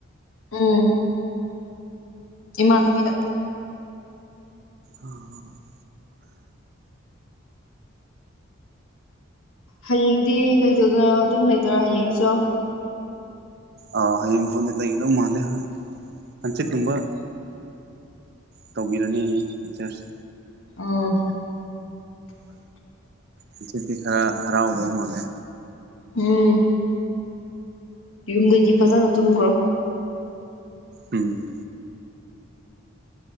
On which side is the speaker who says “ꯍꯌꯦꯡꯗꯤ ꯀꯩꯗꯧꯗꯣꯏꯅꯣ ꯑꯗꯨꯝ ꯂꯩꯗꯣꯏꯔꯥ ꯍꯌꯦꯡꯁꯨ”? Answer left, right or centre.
Left